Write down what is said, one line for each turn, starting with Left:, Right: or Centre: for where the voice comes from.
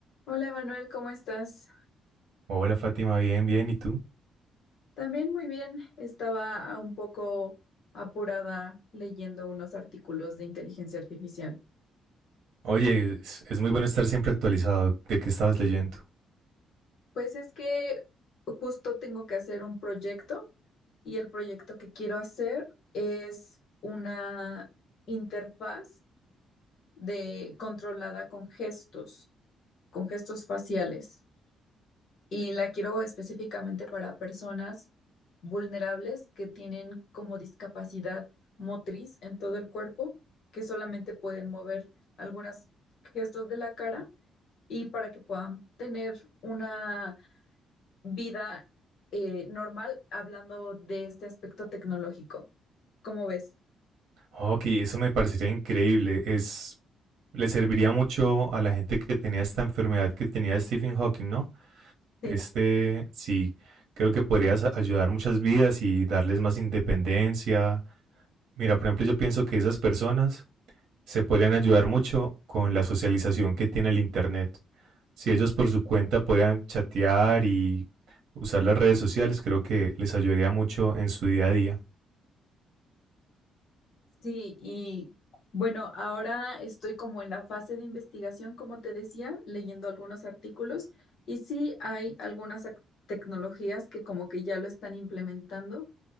Left: Hola Manuel, ¿cómo estás?
Right: Hola Fátima, bien, bien, ¿y tú?
Left: También muy bien. Estaba ah, un poco apurada leyendo unos artículos de inteligencia artificial.
Right: Oye, es, es muy bueno estar siempre actualizado de qué estabas leyendo.
Left: Pues es que justo tengo que hacer un proyecto y el proyecto que quiero hacer es una interfaz de controlada con gestos, con gestos faciales. y la quiero específicamente para personas vulnerables que tienen como discapacidad motriz en todo el cuerpo, que solamente pueden mover algunos gestos de la cara y para que puedan tener una vida eh, normal hablando de este aspecto tecnológico. ¿Cómo ves?
Right: Ok, eso me parecería increíble. Es, le serviría mucho a la gente que tenía esta enfermedad que tenía Stephen Hawking, ¿no?
Left: Sí.
Right: Este, sí, creo que podrías a- ayudar muchas vidas y darles más independencia. Mira, por ejemplo, yo pienso que esas personas se podrían ayudar mucho con la socialización que tiene el Internet. Si ellos por su cuenta pudieran chatear y usar las redes sociales, creo que les ayudaría mucho en su día a día.
Left: Sí, y bueno, ahora estoy como en la fase de investigación, como te decía, leyendo algunos artículos y sí hay algunas ac- tecnologías que como que ya lo están implementando,